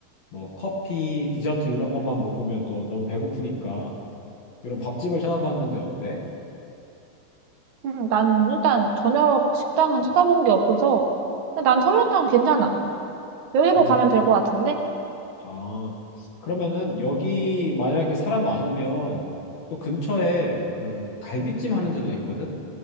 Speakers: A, on the left; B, on the right.
A: 뭐 커피, 디저트 이런 것만 먹으면 또 너무 배고프니까 이런 밥집을 찾아봤는데 어때?
B: 음, 난 일단 저녁 식당은 찾아본 게 없어서 근데 난 설렁탕 괜찮아. 여기로
A: 괜찮?
B: 가면 될 것 같은데?
A: 아, 그러면은 여기 만약에 사람 많으면 또 근처에 그 갈비찜 하는 데도 있거든?